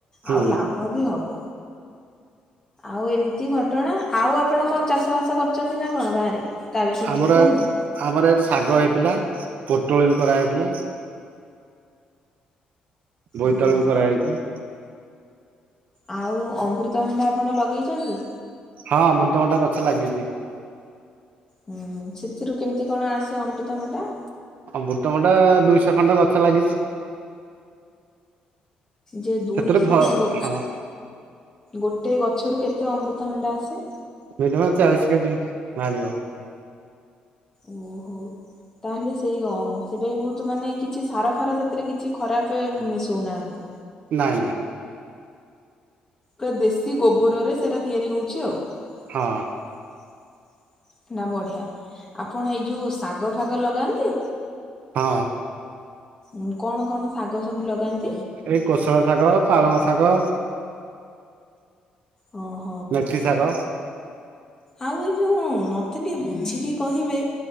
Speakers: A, on the right (about 70°); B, on the left (about 25°).
A: ହୁଁ
B: ଆଉ ଲାଭ ବି ହବ ଆଉ ଏମିତି ଘଟଣା ଆଉ ଆପଣ କଣ ଚାଷ ଚାଷ ବାସ କରୁଛନ୍ତି ନା କଣ ଗାଁରେ ତା ବିଷୟରେ
A: ଆମର
B: ଟିକେ କୁହନ୍ତୁ?
A: ଆମର ଏଠି ଶାଗ ହେଇଥିଲା ପୋଟଳ ବି କରାହେଇଥିଲା। ବୋଇତାଳୁବି
B: ଓହୋ
A: କରାହେଇଛି।
B: ଆଉ ଅମୃତଭଣ୍ଡା ଆପଣ ଲଗେଇଛନ୍ତି?
A: ହଁ ଅମୃତଭଣ୍ଡା ଗଛ ଲାଗିଛି।
B: ହୁଁ ସେଥିରୁ କେମିତି କଣ ଆସେ ଅମୃତଭଣ୍ଡା?
A: ଅମୃତଭଣ୍ଡା ଦୁଇଶହ ଖଣ୍ଡେ ଗଛ ଲାଗିଛି।
B: ଯେ ଦୁଇଶହ
A: ସେଥିରେ ଭ
B: ରୁ ବୋ
A: ହଁ
B: ଗୋଟେ ଗଛରୁ କେତେ ଅମୃତଭଣ୍ଡା ଆସେ?
A: ମିନିମମ୍ ଚାଳିସି କେଜି ବାହାରିବ।
B: ଓ ହଉ। ତାହେଲେ ସେଇ ଅ ସେଟାଇ ବହୁତ ମାନେ କିଛି ସାର ଫାର ସେଥିରେ କିଛି ଖରାପ ମିଶଉନାହାନ୍ତି।
A: ନାଇଁ ନାଇଁ।
B: ପୁରା ଦେଶୀ ଗୋବରରେ ସେରା ତିଆରି ହଉଛି ଆଉ।
A: ହଁ।
B: <inaudible> ନା ବଢ଼ିଆ, ଆପଣ ଏଇ ଯୋଉ ଶାଗ ଫାଗ ଲଗାନ୍ତି?
A: ହଁ।
B: ଉଁ କଣ କଣ ଶାଗ ସବୁ ଲଗାନ୍ତି?
A: ଏଇ କୋଶଲା ଶାଗ ପାଳଙ୍ଗ ଶାଗ
B: ହଁ।
A: ମେଥିଶାଗ
B: ଆଉ ଏ ଯେଉଁ ମୋତେ ଟିକେ ବୁଝିକି କହିବେ